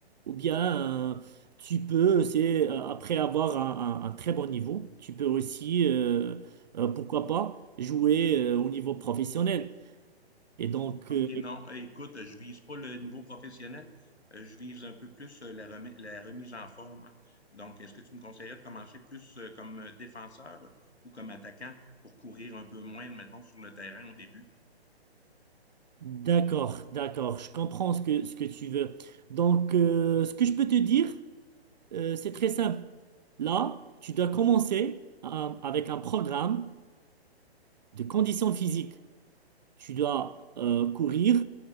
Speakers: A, on the right; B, on the left.
A: Ou bien euh, tu peux, c'est, euh, après avoir un, un- un très bon niveau, tu peux aussi, euh, euh, pourquoi pas, jouer euh, au niveau professionnel. Et donc,
B: OK,
A: euh,
B: non, eh, écoute, je vise pas le niveau professionnel, heu, je vise un peu plus, heu, la remise la remise en forme. Donc, est-ce que tu me conseillerais de commencer plus, heu, comme, heu, défenseur ou comme attaquant pour courir un peu moins, admettons, sur le terrain au début?
A: D'accord, d'accord, je comprends ce que, ce que tu veux. Donc, euh, ce que je peux te dire, euh, c'est très simple. Là, tu dois commencer euh, avec un programme de conditions physiques. Tu dois euh, courir